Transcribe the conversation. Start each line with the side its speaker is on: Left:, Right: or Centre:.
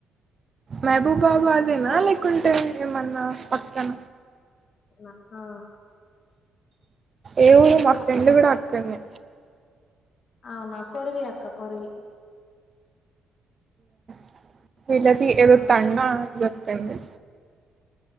Right: మెహబూబ్ బాబాదేనా
Left: మౌ
Right: లేకుంటే ఏమన్నా పక్కన
Left: న ఆ
Right: ఏ ఊరు మా
Left: పక్కనక్క
Right: ఫ్రెండ్ కూడా అక్కడనే
Left: అవునా కొరువి అక్క కొరువి
Right: <unintelligible> వీళ్ళది ఏదో
Left: ఆ
Right: తండ అన్ <unintelligible> టెంది